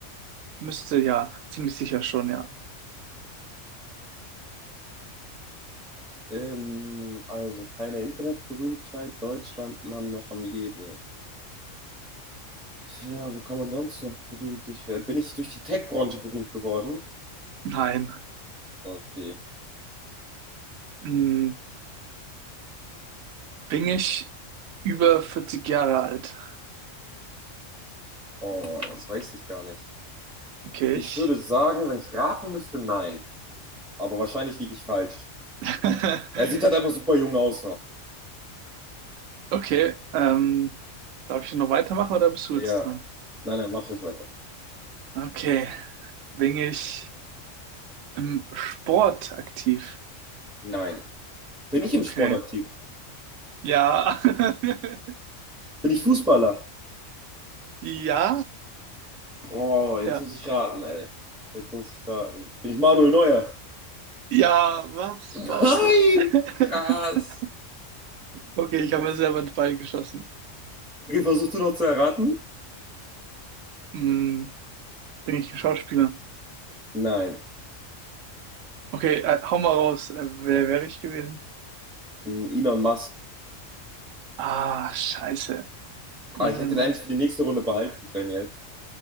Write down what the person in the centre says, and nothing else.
Ähm, also keine Internetberühmtheit. Deutschland, Mann, noch am Leben. Ja, wo kann man sonst noch berühmt durch werden? Bin ich durch die Tech-Branche berühmt geworden?
Okay.
Oh, das weiß ich gar nicht.
Ich
würde sagen, wenn ich raten müsste, nein. Aber wahrscheinlich liege ich falsch.
Er sieht halt einfach super jung aus noch.
Ja.
Nein, nein, mach ruhig weiter.
Nein. Bin ich im
Sport aktiv?
Bin ich Fußballer?
Oh, jetzt
muss ich raten, ey. Jetzt muss ich raten. Bin ich Manuel Neuer?
Nein!
Krass.
Krass.
Okay, versuchst du noch zu erraten?
Nein.
Hm, Elon Musk.
Ah, ich hätte
den eigentlich für die nächste Runde behalten können jetzt.